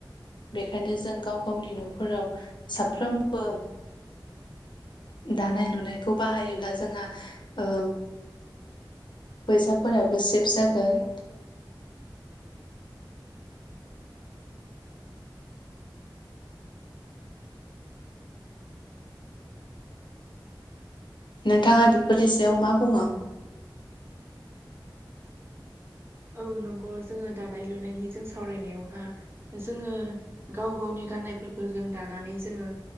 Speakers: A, on the left (about 65°); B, on the right (about 30°).
A: बेखायनो जों गाव गावनि न'फोराव साफ्रोमबो दानाय लुनायखौ बाहायोब्ला जोंहा ओ फैसाफोराबो सेब जागोन। नोंथाङा बेफोरनि सायाव मा बुङो?
B: औ नंगौ जोङो दानाय लुनायनि जों सावरायनायावहा जोङो गाव गावनि गाननायफोरखौ जों दानानै जोङो